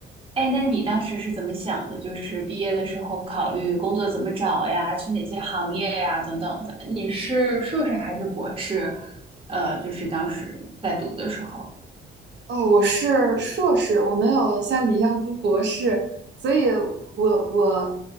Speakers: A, on the right; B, on the right.
A: 哎，那你当时是怎么想的？就是毕业的时候考虑工作怎么找呀，去哪些行业呀，等等的。你是硕士还是博士？呃，就是当时在读的时候。
B: 哦，我是硕士，我没有像你一样读博士，所以我我